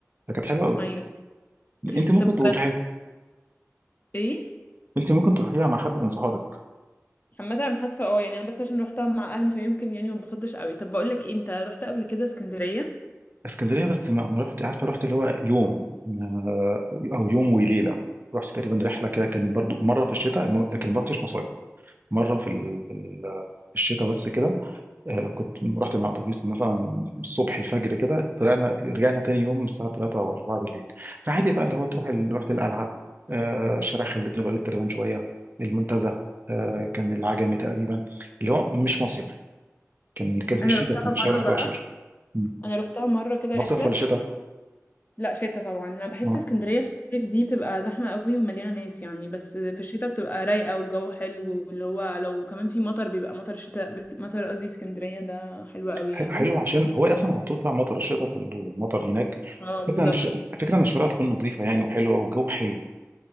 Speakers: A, on the right; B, on the left.
A: فكانت حلوه قوي
B: ايوه
A: انت ممكن
B: طب
A: تقول
B: ايه
A: انت ممكن تروحيها مع حد من صحابك
B: عامه انا حاسه اه يعني انا بس عشان روحتها مع اهلي فيمكن يعني ما اتبسطتش قوي طب بقول لك ايه انت رحت قبل كده اسكندريه
A: اسكندريه بس ما ما رحت عارفه رحت اللي هو يوم آه، او يوم وليله رحت تقريبا رحله كده كان برضو مره في الشتاء الم- لكن ما رحتش مصايف مره في ال- ال- الشتاء بس كده آه، كنت رحت مع اتوبيس مثلا الصبح الفجر كده طلعنا رجعنا تاني يوم الساعه 3 او 4 بالليل فعادي بقى اللي هو تروح ال- رحت القلعه آه، شارع خالد بن الوليد تقريبا شويه المنتزه آه، كان العجمي تقريبا اللي هو مش مصيف كان كان في
B: انا
A: الشتاء
B: روحتها
A: كان في
B: مره
A: شهر 11
B: بقى
A: مم.
B: انا روحتها مره كده
A: مصيف
B: رحله
A: ولا شتاء؟
B: لا شتا طبعا انا بحس
A: آه.
B: اسكندريه في الصيف دي بتبقى زحمه قوي ومليانه ناس يعني بس في الشتا بتبقى رايقه والجو حلو واللي هو لو كمان في مطر بيبقى مطر الشتاء مطر قصدي اسكندريه ده حلو قوي
A: ح-
B: يعني
A: حلو عشان هو اصلا على طول بتاع مطر الشتاء كله مطر هناك
B: اه بالظبط
A: فكرة ان الش... فكرة ان الشوارع تكون نظيفة يعني وحلوة والجو حلو